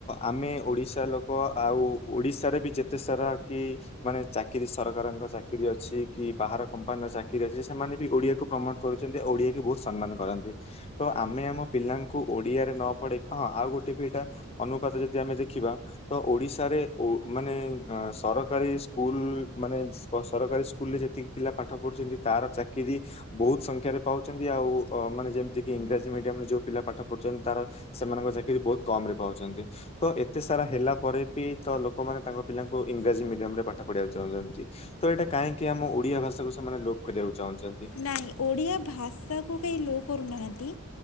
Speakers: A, on the left; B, on the left.
A: ଆମେ ଓଡିଶା ଲୋକ ଆଉ ଓଡିଶାରେ ବି ଯେତେ ସାରା କି ମାନେ ଚାକିରି ସରକାରଙ୍କ ଚାକିରି ଅଛି କି ବାହାର କମ୍ପାନୀର ଚାକିରି ଅଛି ସେମାନେ ବି ଓଡିଆକୁ ପ୍ରମୋଟ କରୁଛନ୍ତି ଓଡିଆ କି ବହୁତ ସମ୍ମାନ କରନ୍ତି। ତ ଆମେ ଆମ ପିଲାଙ୍କୁ ଓଡିଆରେ ନ ପଢେଇ ହଁ ଆଉ ଗୋଟେ ବି ଏଇଟା ଅନୁପାତ ଯଦି ଆମେ ଦେଖିବା ତ ଓଡ଼ିଶାରେ ଓ ମାନେ ସରକାରୀ ସ୍କୁଲ ମାନେ ସରକାରୀ ସ୍କୁଲରେ ଯେତିକି ପିଲା ପାଠ ପଢୁଛନ୍ତି ତାର ଚାକିରି ବହୁତ ସଂଖ୍ୟାରେ ପାଉଛନ୍ତି ଆଉ ଅ ମାନେ ଯେମିତିକି ଇଂରାଜୀ ମିଡିୟମରେ ଯୋଉ ପିଲା ପାଠ ପଢୁଛନ୍ତି ତାର ସେମାନଙ୍କ ଚାକିରି ବହୁତ କମରେ ପାଉଛନ୍ତି ତ ଏତେ ସାରା ହେଲା ପରେ ବି ତ ଲୋକମାନେ ତାଙ୍କ ପିଲାଙ୍କୁ ଇଂରାଜୀ ମିଡିୟମରେ ପାଠ ପଢ଼ିବାକୁ ଚାହୁଁଛନ୍ତି। ତ ଏଇଟା କାହିଁକି ଆମ ଓଡିଆ ଭାଷାକୁ ସେମାନେ ଲୋପ କରିବାକୁ ଚାହୁଁଛନ
B: ନାଇଁ ଓଡ଼ିଆ ଭାଷାକୁ କେହି ଲୋ କରୁନାହାନ୍ତି